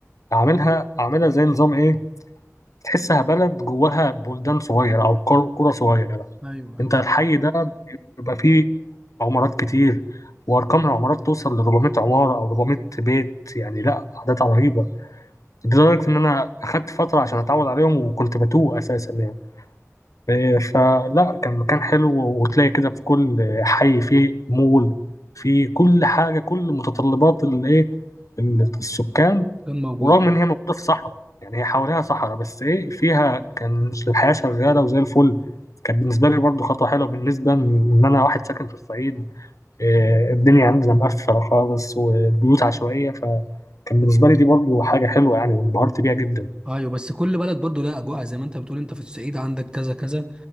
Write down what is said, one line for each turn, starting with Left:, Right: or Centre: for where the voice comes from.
Left: أعملها أعملها زي نظام إيه تحسها بلد جواها بلدان صغيرة أو قر- قرى صغيرة
Right: ايوه ايوه
Left: أنت الحي ده بيبقى فيه عمارات كتير وأرقام العمارات توصل ل 400 عمارة أو 400 بيت يعني لا أعداد رهيبة لدرجة إن أنا أخدت فترة عشان أتعود عليهم وكنت بتوه أساسا يعني إيه، فلا كان مكان حلو وتلاقي كده في كل حي فيه مول في كل حاجة كل متطلبات الإيه ال- السكان
Right: كان موجود
Left: ورغم إن هي موجودة في صحراء يعني هي حواليها صحراء بس إيه فيها كان الحياة شغالة وزي الفل كان بالنسبة لي برضه خطوة حلوة بالنسبة إن أنا واحد ساكن في الصعيد إيه، الدنيا عندنا مقفلة خالص والبيوت عشوائية فكان بالنسبة لي دي برضه حاجة حلوة يعني وانبهرت بيها جدا
Right: ايوه بس كل بلد برضو لها اجواء زي ما انت بتقول انت في الصعيد عندك كذا كذا